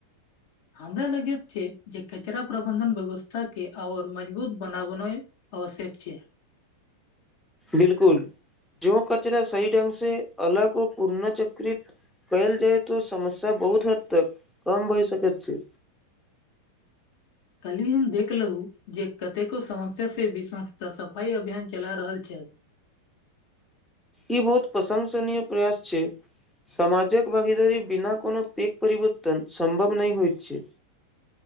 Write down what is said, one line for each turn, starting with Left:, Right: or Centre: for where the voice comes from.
Left: हमरा लगैत छै जे कचरा प्रबंधन व्यवस्था के आऔर मजबूत बनाबउ आवश्यक छै
Centre: बिलकुल जो कचरा सही ढ्ंग से अलग ओ पुनःचक्रित कैल जाय तो समस्या बहुत हद तक कम भए सकैत छै
Left: कली हम देखलहु जे केतेको समस्या से भ तऽ सफाइ अभियान चला रहल छै
Centre: ई बहुत प्रशंसनीय प्रयास छै समामाजक भागीदारी बिना कोनो पिक परिवर्तन सम्भव नहि होए छै